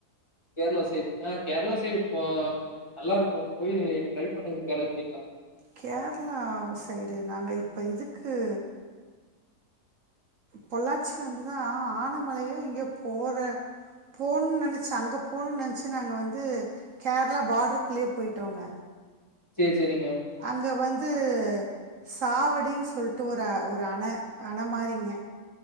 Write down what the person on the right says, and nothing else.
கேரளா சைடு நாங்க இப்ப இதுக்கு பொள்ளாச்சி வந்துதா ஆனமலையோ எங்கயோ போற போனுன் நெனச்சி அங்க போனுன் நெனச்சி நாங்க வந்து கேரளா பாடருக்குள்ளேயே போய்ட்டோங்க
அங்க வந்து சாவடினு சொல்ட்டு ஒரு ஒரு அண அண மாறிங்க